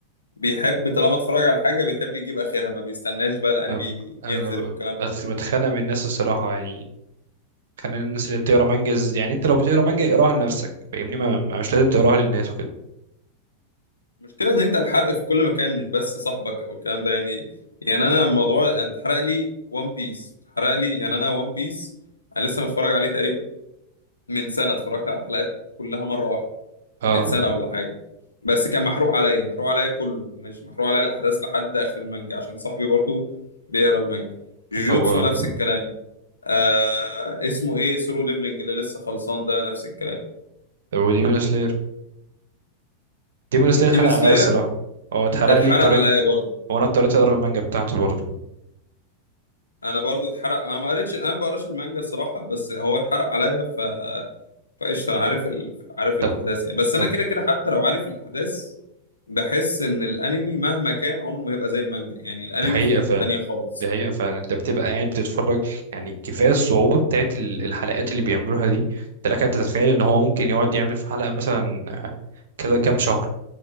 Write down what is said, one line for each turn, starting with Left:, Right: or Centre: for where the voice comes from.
Left: بيحب طالما اتفرج على حاجه بيحب يجيب اخرها ما بيستناش بقى الانمي
Right: انا
Left: ينزل
Right: أنا
Left: والكلام
Right: بتخ-
Left: ده
Right: بتخانق من الناس الصراحة يعني كان الناس اللي بتقرا مانجا ز- يعني انت لو بتقرا مانجا اقراها لنفسك فاهمني ما ما- مش لازم تقراها للناس وكده
Left: المشكلة إن أنت الحرق في كل مكان مش بس صاحبك أو الكلام ده يعني يعني أنا موضوع أنا اتحرق لي ون بيس اتحرق لي يعني أنا ون بيس أنا لسه متفرج عليه تقريبا من سنة اتفرجت على الحلقات كلها مرة واحدة
Right: اه
Left: من سنة ولا حاجة بس كان محروق عليا محروق عليا كله مش محروق عليا الأحداث لحد آخر المانجا عشان صاحبي برضو بيقرا المانجا جوجوتسو
Right: خبر ابيض
Left: نفس الكلام آه اسمه إيه سولو ليفلينج اللي لسه خلصان ده نفس الكلام
Right: طب ودي بالنسبة ديمون سلاير
Left: ديمون
Right: اتحرق
Left: سلاير
Right: عليا الصراحه هو اتحرق
Left: اتحرق
Right: لي اضطريت
Left: عليا برضو
Right: وانا اضطريت اقرا المانجا بتاعته برضه
Left: انا برضو اتحرق انا ما قريتش انا ما بقراش المانجا الصراحه بس هو اتحرق عليا ف فقشطه انا عارف ال... عارف الاحداث
Right: طب
Left: يعني بس انا
Right: طب
Left: كده كده حتى لو عارف الاحداث بحس ان الانمي مهما كان عمره ما هيبقى زي المانجا يعني الانمي
Right: دي حقيقه
Left: في حته
Right: فعلا
Left: تانية خالص
Right: دي حقيقه فعلا انت بتبقى قاعد بتتفرج يعني كفايه الصعوبه بتاعت ال- الحلقات اللي بيعملوها دي انت لك ان تتخيل ان هو ممكن يقعد يعمل في حلقه مثلا آه، كذا كام شهر